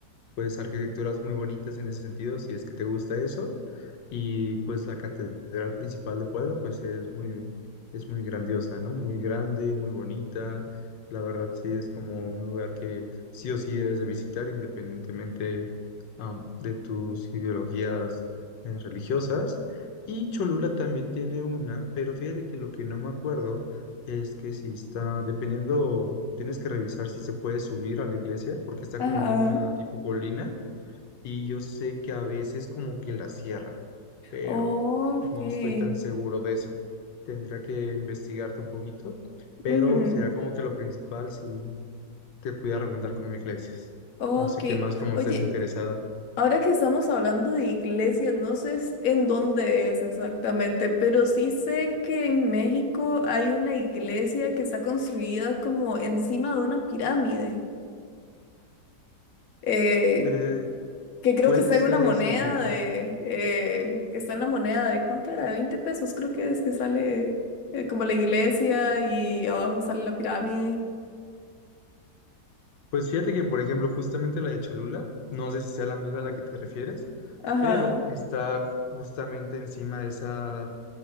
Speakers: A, on the left; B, on the left.
A: pues arquitecturas muy bonitas en ese sentido, si es que te gusta eso. Y pues la catedral principal de Puebla pues es muy, es muy grandiosa, ¿no? Muy grande, muy bonita. La verdad sí es como un lugar que sí o sí debes de visitar independientemente am, de tus ideologías eh, religiosas. Y Cholula también tiene una, pero fíjate que lo que no me acuerdo es que si está, dependiendo Tienes que revisar si se puede subir a la iglesia porque está
B: Ajá.
A: como en una tipo colina y yo sé que a veces como que la cierran, pero
B: Ok.
A: no estoy tan seguro de eso. Tendría que investigarte un poquito, pero
B: ujú,
A: será como que lo principal si te pudiera recomendar como iglesias.
B: Ok.
A: No sé qué más como
B: Oye.
A: estés interesada.
B: Ahora que estamos hablando de iglesias, no sé s- en dónde es exactamente, pero sí sé que en México hay una iglesia que está construida como encima de una pirámide, eh,
A: Eh,
B: que creo
A: puede
B: que está
A: ser
B: en una moneda
A: esa misma.
B: de, eh, está en la moneda de, ¿cuánto era? De 20 pesos, creo que es que sale eh, como la iglesia y abajo sale la pirámide.
A: Pues fíjate que, por ejemplo, justamente la de Cholula, no sé si sea la misma a la que te refieres,
B: Ajá.
A: pero está justamente encima de esa